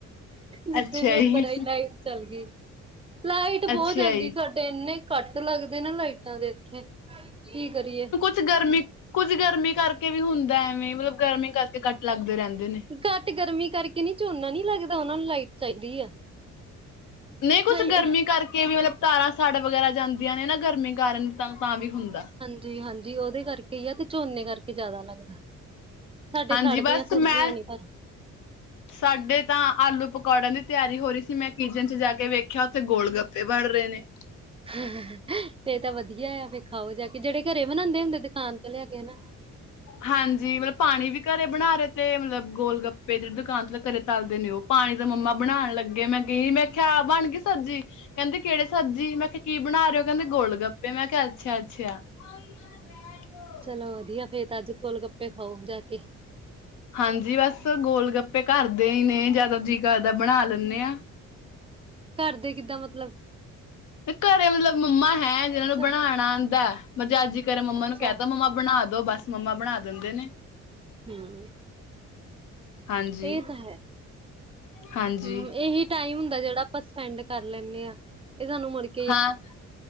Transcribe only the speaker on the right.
ਜਿੱਦਾਂ
ਮੈ
ਉਪਰ ਆਈ ਲਾਈਟ ਚੱਲ ਗੀ, ਲਾਈਟ ਬੋਹ
ਜਾਂਦੀ
ਸਾਡੇ। ਤੇ ਏਨੇ ਕੱਟ ਲੱਗਦੇ ਨਾ ਲਾਈਟਾਂ ਦੇ ਐਥੇ, ਕੀ ਕਰੀਏ।
ਕੱਟ ਗਰਮੀ ਕਰਕੇ ਨੀ, ਝੋਨਾ ਨੀ ਲੱਗਦਾ ਓਨਾ ਨੂੰ ਲਾਈਟ ਚਾਈਦੀ ਆ।
ਹਾਏ
ਜੀ ਹਾਂਜੀ ਓਦੇ ਕਰਕੇ ਈ ਆ, ਤੇ ਝੋਨੇ ਕਾਰਕੇ ਜਾਦਾ ਲੱਗਦਾ। ਸਾਡੇ
ਸਾੜਦੀਆਂ-ਸੁੜਦੀਆਂ
ਨੀ ਪਾਰ।
ਫੇਰ ਤਾਂ ਵਦੀਆ ਯਾ ਫੇਰ ਖਾਓ ਜਾ ਕੇ, ਜੇੜੇ ਘਰੇ ਬਨਾਂਦੇ ਹੁੰਦੇ ਦੁਕਾਨ ਤੋਂ ਲੇਆ ਕੇ ਹਨਾ?
ਚਲੋ ਵਦੀਆ ਫੇਰ ਤਾਂ ਆੱਜ, ਗੋਲ-ਗੱਪੇ ਖਾਓ ਜਾ ਕੇ।
ਘਾਰਦੇ ਕਿੱਦਾਂ ਮਤਲਬ?
ਅੱਛਾ
ਅੱਛਾ
ਹੂੰ।
ਏ ਤਾਂ ਹੈ,
ਹੂੰ ਏਹੀ ਟਾਈਮ ਹੁੰਦਾ ਜੇੜਾ ਆਪਾਂ ਸਪੈਂਡ ਕਾਰ ਲੈਂਨੇ ਆਂ, ਏ ਸਾਨੂੰ ਮੁੜਕੇ